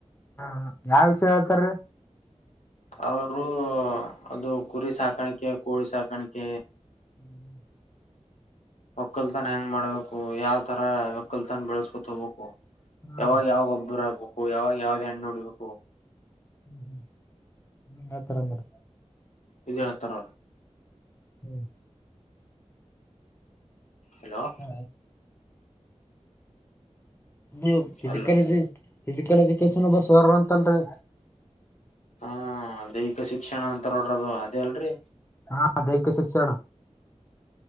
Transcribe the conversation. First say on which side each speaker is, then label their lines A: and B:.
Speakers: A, on the left (about 20°); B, on the left (about 75°).
A: ಹಾ ಯಾವ್ ವಿಷಯ ಹೇಳ್ತಾರೀ
B: ಅವರು ಅದು ಕುರಿ ಸಾಕಾಣಿಕೆ ಕೋಳಿ ಸಾಕಾಣಿಕೆ
A: ಹ್ಮ್
B: ಒಕ್ಕಲ್ತಾನ ಹೆಂಗ್ ಮಾಡ್ಬೇಕು ಯಾವ್ ತರ ಒಕ್ಕಲ್ತಾನ ಬೆಳೆಸ್ಕೊತ ಹೋಗ್ಬೇಕು
A: ಹಾ
B: ಯಾವಾಗ ಯಾವ ಒಬ್ಬರ ಆಗ್ಬೇಕು ಯಾವಾಗ ಯಾವ್ದ ಹೆಣ್ಣು ನೋಡಿಬೇಕು
A: ಹ್ಮ್ ಹ್ಮ್ ಹ ಹ ತರಂತರ
B: ವಿಜಯತ್ತರ
A: ಹ್ಮ್
B: ಹಲೋ
A: ಹ ಬಜಿಕರೆಜ
B: ಅಲೋ
A: ಫಿಸಿಕಲ್ ಎಜುಕೇಶನ್ ಬರ್ಸರ್ ಅಂತಲ್ರಿ
B: ಹ್ಮ ದೈಹಿಕ ಶಿಕ್ಷಣ ಅಂತ ನೋಡ್ರದು ಅದೇ ಅಲ್ರಿ
A: ಹಾ ದಧೈಿಕ್ಯ ಶಿಕ್ಷಣ